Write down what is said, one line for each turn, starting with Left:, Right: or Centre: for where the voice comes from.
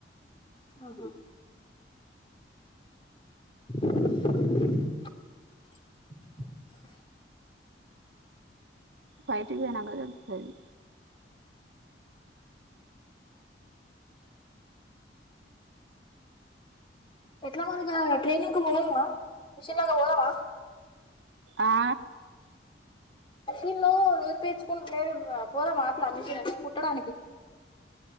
Left: ఆహా <inaudible>
Right: బయటికి పోయినంక తెలుత్తది
Left: ఎట్లా మరింగా ట్రెనింగ్ పోయావా మిషన్ లాగ పోదామా
Right: ఆ
Left: మిషిన్లు నిరుపేచుకుంట నేరు పోదామా అట్లా మిషను కుట్టడానికి